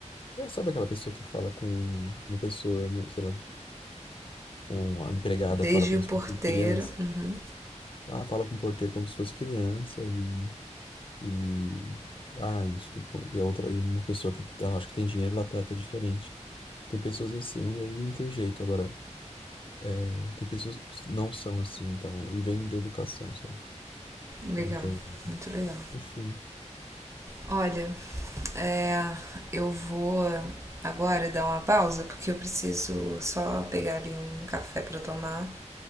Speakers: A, on the left (about 45°); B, on the right (about 25°).
A: É, sabe aquela pessoa que fala com uma pessoa, um, sei lá, uma empregada
B: Desde
A: fala como
B: o porteiro.
A: se fosse uma criança?
B: Uhum.
A: Ah, fala com o porteiro como se fosse criança e, e, ah, isso, e a outra, e uma pessoa que tá- acho que tem dinheiro, ela trata diferente. Tem pessoas assim, e aí não tem jeito. Agora, é, tem pessoas que não são assim, então, e vem da educação, sabe?
B: Legal,
A: Não tem.
B: muito legal.
A: Enfim.
B: Olha, é, eu vou agora dar uma pausa porque eu preciso só pegar ali um café para tomar